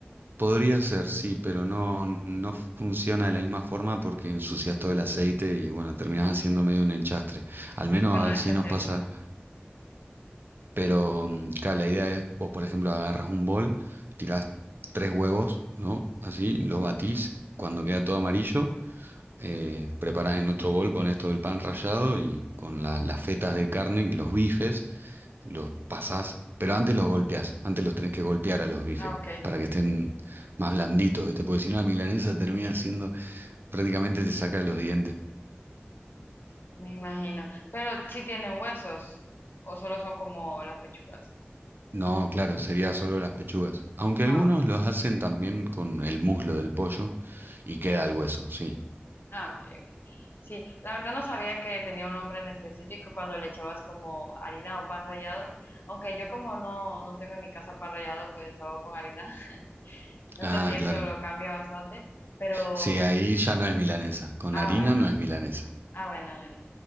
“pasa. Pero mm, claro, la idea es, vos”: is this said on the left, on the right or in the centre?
Right